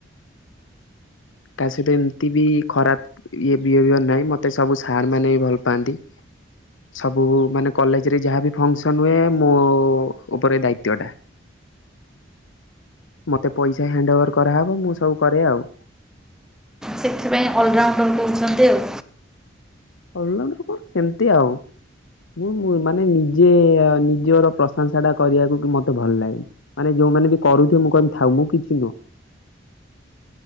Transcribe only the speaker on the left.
ତା ସହିତ ଏମିତି ବି ଖରାପ ଇଏ ବିହେଭିଅର୍ ନାହିଁ ମୋତେ ସବୁ ସାର୍ ମାନେ ବି ଭଲ୍ ପାଆନ୍ତି। ସବୁ ମାନେ କଲେଜ୍ ରେ ଯାହାବି ଫଙ୍କସନ୍ ହୁଏ ମୋ ଉପରେ ଦାୟିତ୍ୱ ଟା। ମୋତେ ପଇସା ହ୍ୟାଣ୍ଡଓଭର୍ କରାହେବ ମୁଁ ସବୁ କରେ ଆଉ।
ଅଲରାଉଣ୍ଡର୍ କଣ ସେମିତି ଆଉ। ମୁଁଁ ମାନେ ନିଜେ ନିଜର ପ୍ରଶଂସାଟା କରିଆକୁ କି ମତେ ଭଲ ଲାଗେନି। ମାନେ ଯୋଉମାନେ ବି କରୁଥିବେ ମୁଁ କହିବି ଥାଉ ମୁଁ କିଛି ନୁହଁ।